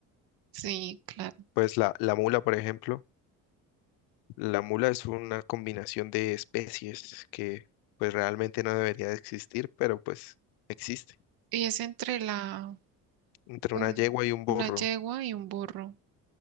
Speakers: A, on the right; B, on the left.
A: Sí, claro.
B: Pues la, la mula, por ejemplo, la mula es una combinación de especies que pues realmente no debería de existir, pero pues existe
A: Y es entre la
B: entre
A: un-
B: una yegua y un burro.
A: una yegua y un burro.